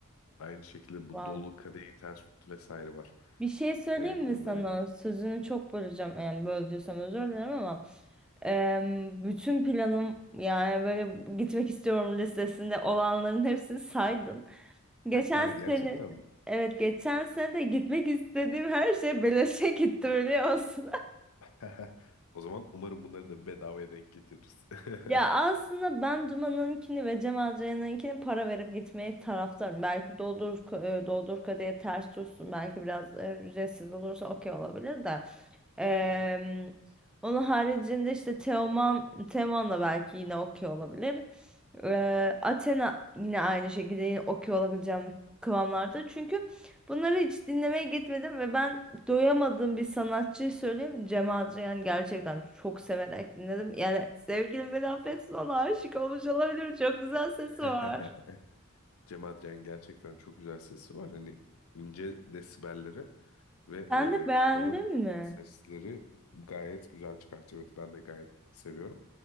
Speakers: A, on the left; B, in the centre.
A: Aynı şekilde bu
B: Wow.
A: Dolu Kadehi Ters Tut vesaire var.
B: Bir şey söyleyeyim
A: Ee, onları.
B: mi sana? Sözünü çok böleceğim. Yani böldüysem özür dilerim ama em, bütün planım yani böyle gitmek istiyorum listesinde olanların hepsini saydın. Geçen
A: <laughs> Ha,
B: senin
A: gerçekten mi?
B: evet geçen sene de gitmek istediğim her şey beleşe gitti biliyor musun?
A: <laughs> O zaman umarım bunları da bedavaya denk getiririz. <laughs>
B: Ya aslında ben Duman'ınkini ve Cem Adrian'ınkini para verip gitmeyi taraftarım. Belki doldur k- e, doldur kadeye ters tutsun. Belki biraz e, ücretsiz olursa okey olabilir de. Eee,
A: Aha.
B: onun haricinde işte Teoman Teoman da belki yine okey olabilir. Eee, Athena yine aynı şekilde yine okey olabileceğim kıvamlarda. Çünkü bunları hiç dinlemeye gitmedim ve ben doyamadığım bir sanatçıyı söyleyeyim mi? Cem Adrian gerçekten çok severek dinledim. Yani sevgilim beni affetsin ona aşık olmuş olabilirim. Çok güzel sesi
A: <laughs>
B: var.
A: Cem Adrian gerçekten çok güzel sesi var. Hani ince desibelleri ve
B: Sen de beğendin
A: e, kalın
B: mi?
A: sesleri gayet güzel çıkartıyor. Evet ben de gayet seviyorum.